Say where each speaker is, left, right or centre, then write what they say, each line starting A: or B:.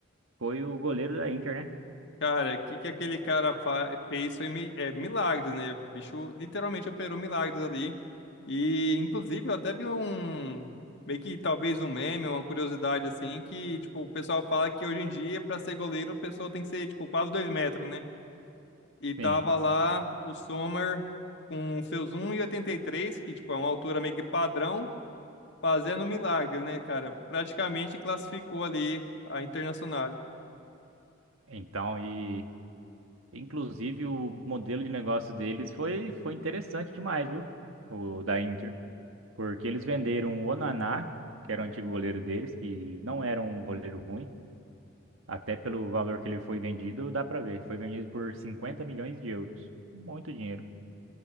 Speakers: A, on the right; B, on the left.
A: foi o goleiro da Inter, né?
B: Cara, o que que aquele cara fa- fez foi mi- é, milagres, né? O bicho literalmente operou milagres ali. E, inclusive, eu até vi um. Meio que talvez um meme, uma curiosidade assim, que, tipo, o pessoal fala que hoje em dia, pra ser goleiro, a pessoa tem que ser, tipo, quase dois metros, né? E tava
A: Sim.
B: lá o Sommer com seus um e e oitenta e três que, tipo, é uma altura meio que padrão, fazendo milagres, né, cara? Praticamente classificou ali a Internacional.
A: Então, e inclusive o modelo de negócio deles foi, foi interessante demais, viu? O da Inter. Porque eles venderam o Onaná, que era o antigo goleiro deles, que não era um goleiro ruim. Até pelo valor que ele foi vendido, dá pra ver. Foi vendido por 50 milhões de euros. Muito dinheiro.